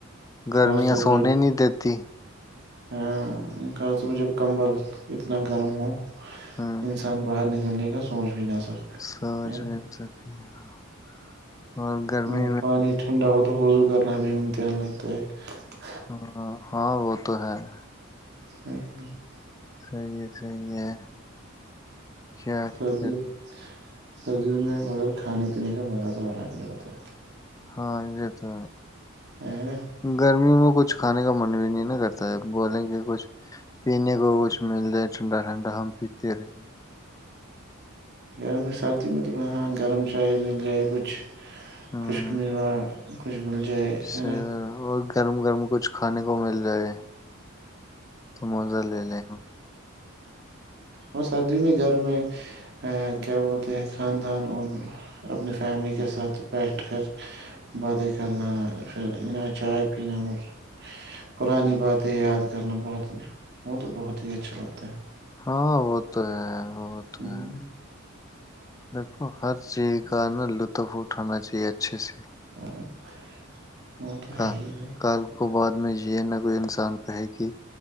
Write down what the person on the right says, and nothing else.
خاص طور پہ
جب
ہاں <unintelligible> کا بجب کمبل <unintelligible> اتنا گرم ہو <unintelligible>
انسان باہر نہیں <unintelligible> کا سوچ بھی نہیںا ہے <unintelligible>
نا
اور پانی ٹھنڈا ہو تو وضو کرنا بھی کیاان لگتا ہے <unintelligible>
<inaudible>
سبزی
سبزیوں میں مگر کھانے پینے کا مزہ تو الگ ہی ہوتا ہے
ہے نا
گرمی سردی میں تواں گرم چائے مل جائے کچھ
خوشکمی وا بول جائے
ہے نا
اور سردی میں گھر میں کیا بولتے ہیں خاندان اور اپنی فیملی کے ساتھ بیٹھ کر باتیں کرنا پھر چائے پینا اور پرانی باتیں یاد کرنا بہت وہ تو بہت ہی اچھا لگتا ہے تو <inaudible>
ہ
ہاں <inaudible> وہ تو
ہے ہی بھائی